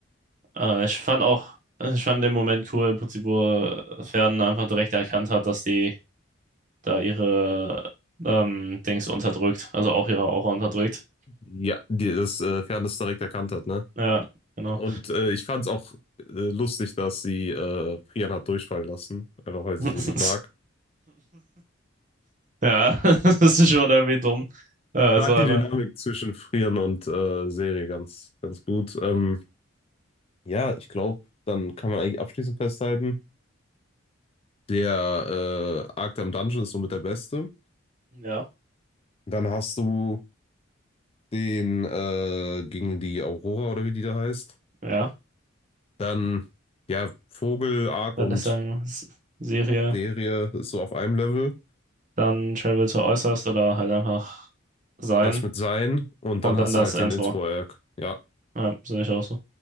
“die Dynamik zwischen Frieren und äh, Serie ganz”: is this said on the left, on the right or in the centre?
Left